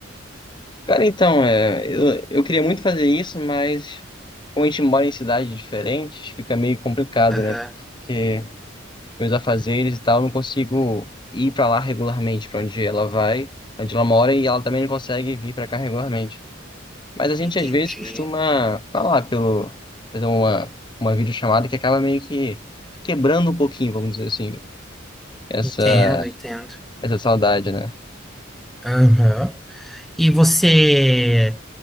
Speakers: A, on the left (about 25°); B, in the centre.
A: Cara, então, é, eu, eu queria muito fazer isso, mas como a gente mora em cidades diferentes, fica meio complicado,
B: Aham,
A: né? Porque meus afazeres e tal, não consigo ir pra lá regularmente, pra onde ela vai, onde ela mora, e ela também não consegue vir pra cá regularmente. Mas a gente
B: entendi.
A: às vezes costuma falar pelo, fazer uma, uma videochamada que acaba meio que quebrando um pouquinho, vamos dizer assim, essa,
B: Entendo, entendo.
A: essa saudade, né?
B: Aham. E você,